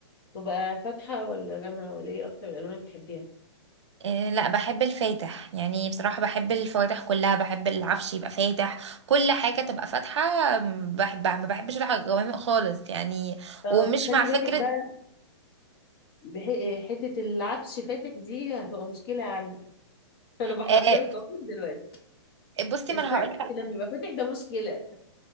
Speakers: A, on the left; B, on the right.
A: تبقى فاتحة ولا غامقة ولا ايه اكتر الالوان اللي بتحبيها
B: إيه لا بحب الفاتح يعني بصراحه بحب الفواتح كلها بحب العفش يبقى فاتح كل حاجه تبقى فاتحه م، بحبها ما بحبش الغوامق خالص يعني
A: طب
B: ومش
A: خلي
B: مع فكره
A: بالك بقى بح- حتة العفش فاتح دي هتبقى مشكلة عندي <laughs> أنا بحذرك
B: آه،
A: أهو من دلوقتي
B: بصي
A: الفرش
B: ما انا هقول
A: لما يبقى فاتح ده مشكلة